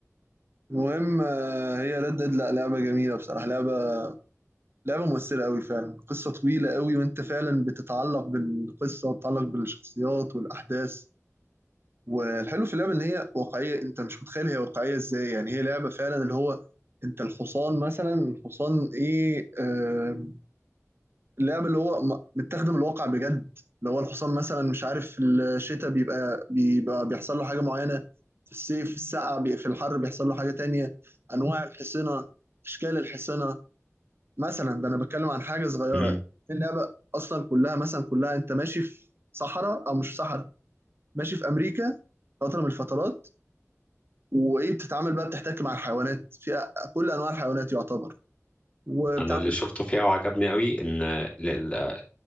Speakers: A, on the right; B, on the left.
A: المهم آه هي ردد لا لعبة جميلة بصراحة لعبة لعبة مؤثرة قوي فعلا قصة طويلة قوي وانت فعلا بتتعلق بالقصة وبتتعلق بالشخصيات والأحداث والحلو في اللعبه ان هي واقعيه انت مش متخيل هي واقعيه ازاي يعني هي لعبه فعلا اللي هو انت الحصان مثلا الحصان ايه آه اللعبه اللي هو م- متاخده من الواقع بجد اللي هو الحصان مثلا مش عارف في الشتاء بيبقى بيبقى بيحصل له حاجه معينه في الصيف في السقعه بي- في الحر بيحصل له حاجه تانية انواع الحصنه اشكال الحصنه مثلا ده انا بتكلم عن حاجه صغيره
B: مم.
A: اللعبه اصلا كلها مثلا كلها انت ماشي في صحراء او مش في صحراء ماشي في امريكا فتره من الفترات وايه بتتعامل بقى بتحتك مع الحيوانات في كل انواع الحيوانات يعتبر وبتعمل
B: انا اللي شفته فيها وعجبني قوي ان ال- ال-